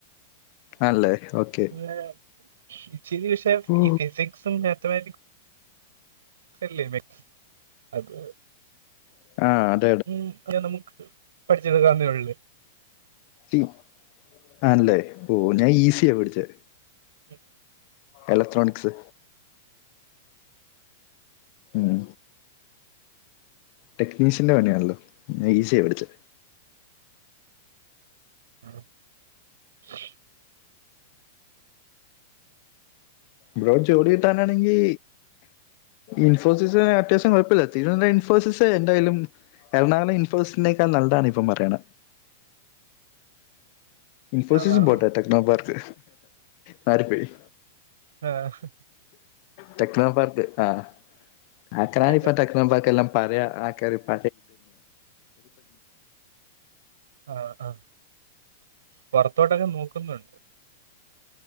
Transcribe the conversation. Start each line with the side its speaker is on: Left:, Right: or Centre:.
Left: ആണല്ലേ ഓക്കെ.
Right: അല്ല ഇച്ചിരി വിഷയം
Left: ഓ,
Right: ഈ ഫിസിക്സും മാത്തമാറ്റിക്സ് അല്ലേ മാക്സ് അത്...
Left: ആഹ്.
Right: ഉ ഞാൻ നമുക്ക് പഠിച്ചെടുകാന്നേ ഒള്ള്.
Left: ഉം ആണല്ലേ. ഓ ഞാൻ ഈസിയ പഠിച്ചെ.
Right: മം.
Left: എലക്ട്രോണിക്സ്. എഹ്. ടെക്നീഷ്യന്റെ പണിയാണല്ലോ. ഞാൻ ഈസിയ പഠിച്ചെ.
Right: ഉം <unintelligible>
Left: ബ്രോ ജോടി കിട്ടാനാണെങ്കി ഇൻഫോസിസ് അത്യാവശ്യം കുഴപ്പല്ല. <unintelligible> ഇൻഫോസിസ് എന്തായാലും എറണാളം ഇൻഫോസിസ്നേക്കാൾ നല്ലാണ് ഇപ്പം പറയണ. ഇൻഫോസിസ്
Right: ആ ആ,
Left: പോട്ടെ.
Right: ആ.
Left: ടെക്നോ പാർക്ക്. മാറിപോയ്‌.
Right: ആഹ്.
Left: ടെക്നോ പാർക്ക് ആഹ് ആക്ക്രാനിപ്പ
Right: പിന്നെ
Left: <unintelligible> പാർക്ക്‌ല്ലാം പഴയ ആക്കര് <inaudible>
Right: ആഹ് ആഹ്. പൊറത്തോട്ടൊക്കെ നോക്കുന്നൊണ്ട്.